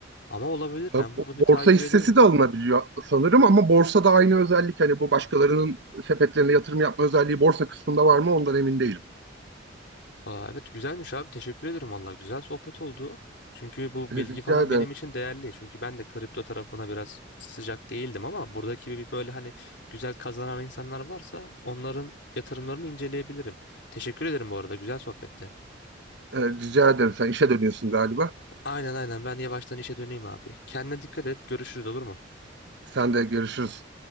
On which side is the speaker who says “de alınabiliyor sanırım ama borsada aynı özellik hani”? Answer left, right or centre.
Right